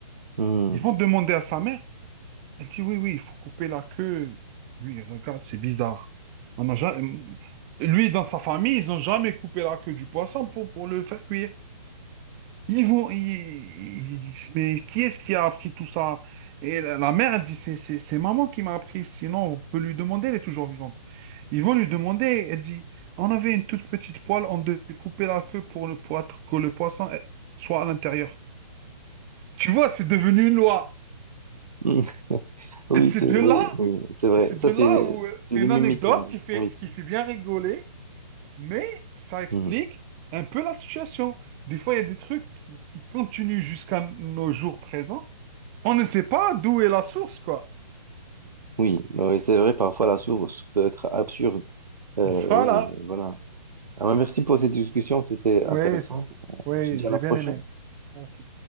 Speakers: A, on the right (about 85°); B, on the right (about 20°).
A: Hmm.
B: Ils vont demander à sa mère. Elle dit, oui, oui, il faut couper la queue. Lui, il regarde, c'est bizarre. On n'a jamais... Lui, dans sa famille, ils n'ont jamais coupé la queue du poisson pour, pour le faire cuire. Ils vont, ils- ils disent, mais qui est-ce qui a appris tout ça? Et la, la mère, elle dit, c'est c'est- c'est maman qui m'a appris, sinon on peut lui demander, elle est toujours vivante. Ils vont lui demander, elle dit, on avait une toute petite poêle, on devait couper la queue pour, le, pour que le poisson eh, soit à l'intérieur. Tu vois, c'est devenu une loi.
A: Hmm. <laughs> Oui,
B: Et c'est
A: c'est
B: de
A: oui,
B: là
A: oui, c'est vrai.
B: Et C'est
A: Ça,
B: de
A: c'est
B: là où euh, c'est
A: c'est le
B: une
A: mimétisme.
B: anecdote qui fait,
A: Oui, c'est.
B: qui fait bien rigoler, mais ça explique
A: mmh.
B: un peu la situation. Des fois, il y a des trucs qui, qui continuent jusqu'à nos jours présents. On ne sait pas d'où est la source, quoi.
A: Oui, oui, c'est vrai, parfois la source peut être absurde. Euh,
B: <laughs> Voilà.
A: oui, mais voilà. Alors, merci pour cette discussion, c'était
B: Oui,
A: intéressant.
B: c'est-
A: On
B: oui,
A: se dit
B: j'ai
A: à la prochaine.
B: bien aimé. Ah, tout.